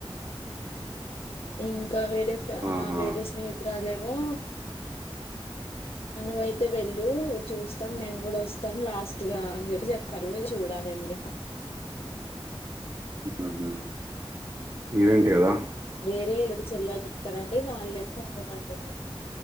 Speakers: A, on the left (about 70°); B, on the right (about 40°).
A: ఇంకా, వేరే
B: ఆహా!
A: వేరే స్నేహితురాలేమో మనం అయితే వెళ్ళు చూస్తాం మేము కూడా వస్తాం లాస్ట్ గా అని చెప్పి చెప్పారు చూడాలండి. అండి
B: ఉ హూ ఈవెంట్ కదా?
A: వేరే ఏడు చెల్లలు ఉంటారండి వాళ్ళేమో ఉండమంటున్నారు.